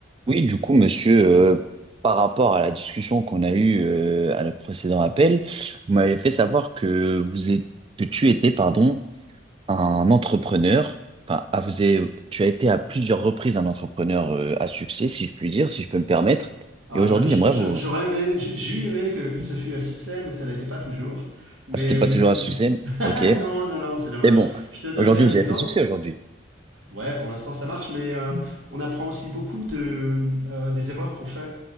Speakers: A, on the right; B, on the right.
A: Oui, du coup, monsieur, euh, par rapport à la discussion qu'on a eue euh, à notre précédent appel, vous m'avez fait savoir que vous êtes, que tu étais, pardon, un entrepreneur. Enfin, à vous avez- tu as été à plusieurs reprises un entrepreneur euh, à succès, si je puis dire, si je peux me permettre.
B: Alors,
A: Et aujourd'hui,
B: je- je-
A: j'aimerais
B: je-
A: vous.
B: j'aurais aimé, j'ai j'ai eu aimé que, que ce fût un succès, mais ça n'a été pas toujours. Mais,
A: Ah, c'était pas
B: mais
A: toujours
B: merci.
A: à succès,
B: <laughs>
A: ok.
B: Non, non, non, c'est dommage.
A: Mais bon,
B: Je te donnerai
A: aujourd'hui,
B: un
A: vous
B: exemple.
A: avez fait succès aujourd'hui.
B: Ouais, pour l'instant, ça marche, mais euh, on apprend aussi beaucoup de, euh, des erreurs qu'on fait.